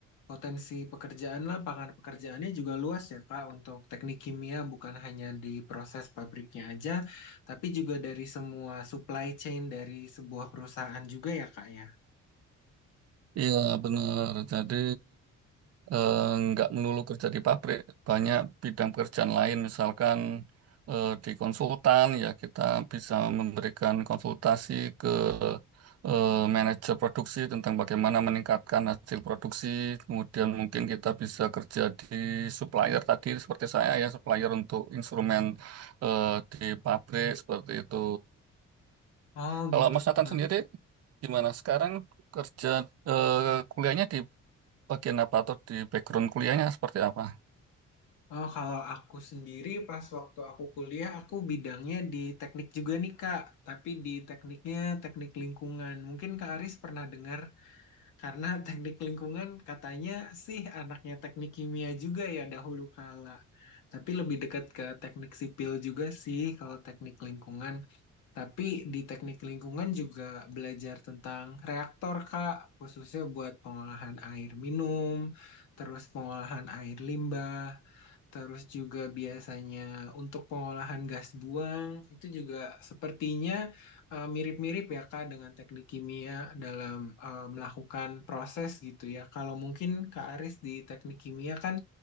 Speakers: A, on the left; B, on the right.
A: potensi pekerjaan lapangan pekerjaannya juga luas ya, Kak, untuk teknik kimia bukan hanya di proses pabriknya aja, tapi juga dari semua supply chain dari sebuah perusahaan juga ya, Kak, ya.
B: Iya benar. Jadi eh, nggak melulu kerja di pabrik, banyak bidang pekerjaan lain, misalkan eh, di konsultan, ya kita bisa memberikan konsultasi ke eh, manajer produksi tentang bagaimana meningkatkan hasil produksi. Kemudian mungkin kita bisa kerja di supplier tadi, seperti saya ya, supplier untuk instrumen eh, di pabrik seperti itu.
A: Oh,
B: Kalau
A: gitu.
B: Mas Nathan
A: Kak.
B: sendiri, gimana sekarang kerja eh, kuliahnya di bagian apa atau di background kuliahnya seperti apa?
A: Oh, kalau aku sendiri pas waktu aku kuliah, aku bidangnya di teknik juga nih, Kak, tapi di tekniknya teknik lingkungan. Mungkin Kak Aris pernah dengar karena <laughs> teknik lingkungan katanya sih anaknya teknik kimia juga ya dahulu kala. Tapi lebih dekat ke teknik sipil juga sih kalau teknik lingkungan. Tapi di teknik lingkungan juga belajar tentang reaktor, Kak, khususnya buat pengolahan air minum, terus pengolahan air limbah. Terus juga biasanya untuk pengolahan gas buang itu juga sepertinya eh, mirip-mirip ya Kak dengan teknik kimia dalam eh, melakukan proses gitu ya. Kalau mungkin Kak Aris di teknik kimia kan